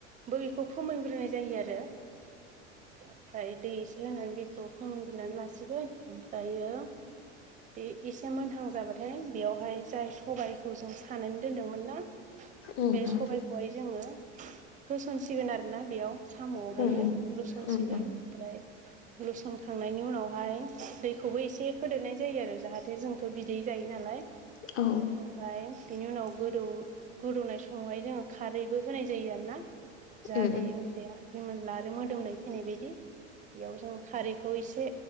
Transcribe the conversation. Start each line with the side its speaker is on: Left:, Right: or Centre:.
Right: बैखौ फोमोनग्रोनाय जायो आरो ओमफ्राय दै एसे होनानै बेखौ फोमोनग्रानै लासिगोन ओमफ्रायो बे एसे मोनहां जाबाथाय बेयावहाय जाय सबाइखौ जों सानानै दोनदोंमोन ना
Left: उम
Right: बे
Left: उम
Right: सबाइखौहाय जोङो होसनसिगोन आरोना बेयाव साम'आवहायो
Left: उम उम
Right: लुसनसिगोन
Left: औ उम औ उम उम
Right: ओमफ्राय लुसनखांनायनि उनावहाय दैखौबो एसे होदेरनाय जायो आरो जाहाथे जोंथ' बिदै जायो नालाय
Left: औ
Right: ओमफ्राय बिनि उनाव गोदौ गोदौनाय समावहाय जोङो खारैबो होनाय जायो आरो ना। जाहाथे
Left: औ
Right: ओंख्रिया रिमोनला आरो मोदोमनाय फैनाय बायदि बेयाव जों खारै खौ एसे